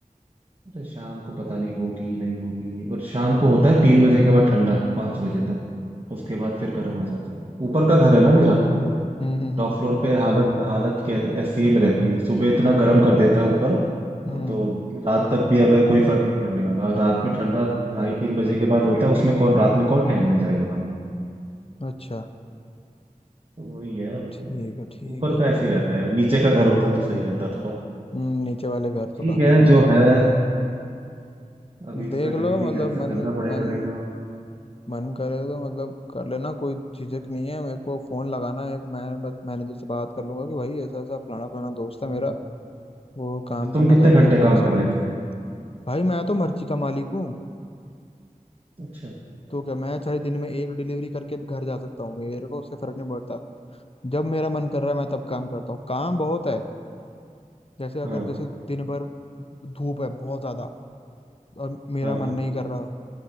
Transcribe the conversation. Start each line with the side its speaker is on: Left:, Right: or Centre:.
Right: अरे शाम को पता नहीं होगी नहीं होगी और शाम को होता है तीन बजे के बाद ठंडा पांच बजे तक उसके बाद फिर गर्म आ जाता है ऊपर का घर है ना मेरा
Left: हम्म हम्म
Right: टॉप
Left: हम्म
Right: फ्लोर पे हालत हालत के ऐसी में रहती है सुबह इतना गर्म कर देता है ऊपर
Left: हम्म,
Right: तो रात तक भी अगर कोई फर्क नहीं पड़ने वाला और रात में ठंडा ढाई तीन बजे के बाद होता है उसमें कौन रात में कौन टहलने जाएगा भाई।
Left: अच्छा
Right: वही है
Left: ठीक है ठीक
Right: ऊपर
Left: है
Right: का ऐसे ही रहता है यार नीचे का घर होता तो सही रहता थोड़ा
Left: हम्म, नीचे वाले घर तो
Right: ठीक
Left: काफी
Right: है
Left: ठंडे
Right: जो
Left: रहते
Right: है
Left: हैं
Right: अभी इसका
Left: देख
Right: डिलीवरी
Left: लो मतलब
Right: कैंसिल
Left: मन
Right: करना पड़ेगा
Left: मन
Right: देखो
Left: मन करे तो मतलब कर लेना कोई झिझक नहीं है मेरे को फोन लगाना है मैं बस मैनेजर से बात कर लूंगा कि भाई ऐसा ऐसा फलाना फलाना दोस्त है
Right: हम्म।
Left: मेरा वो काम
Right: तो
Left: करना
Right: तुम कितने
Left: चाहता
Right: घंटे
Left: है आपके
Right: काम कर
Left: साथ
Right: लेते हो
Left: भाई मैं तो मर्जी का मालिक हूँ
Right: अच्छा
Left: तो क्या मैं चाहे दिन में एक डिलीवरी करके भी घर जा सकता हूँ मेरे को उससे फर्क नहीं पड़ता जब मेरा मन कर रहा है मैं तब काम करता हूँ काम बहुत है जैसे अगर
Right: हाँ
Left: जैसे दिन भर धूप है बहुत ज्यादा और मेरा
Right: हाँ
Left: मन
Right: हाँ
Left: नहीं कर रहा